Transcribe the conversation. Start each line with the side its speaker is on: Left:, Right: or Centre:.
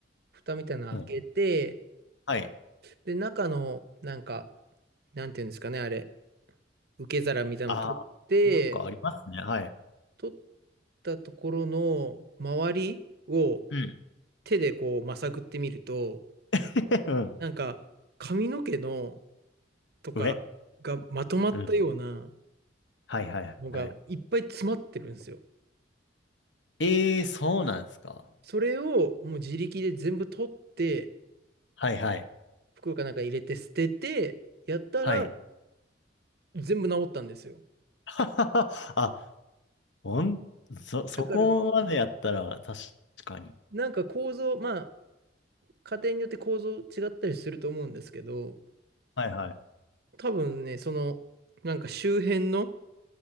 Right: 蓋みたいなの開けて、
Left: うん。はい。
Right: で、中の、なんか、なんていうんですかね、あれ、受け皿みたいなの取って、
Left: ああ、なんかありますね。はい。
Right: 取ったところの周りを
Left: うん。
Right: 手でこうまさぐってみると、
Left: <laughs> うん。
Right: なんか髪の毛のとかがまとまったような
Left: 上。うん。はいはいはい。
Right: のがいっぱい詰まってるんですよ。
Left: ええそうなんですか。
Right: それをもう自力で全部取って、
Left: はいはい。
Right: 袋かなんか入れて捨てて、やったら
Left: はい。
Right: 全部治ったんですよ。
Left: <laughs> あ、ほん、そ、そこまでやったら確かに。
Right: だから、なんか構造、まあ、家庭によって構造違ったりすると思うんですけど、
Left: はいはい。
Right: 多分ね、その、なんか周辺の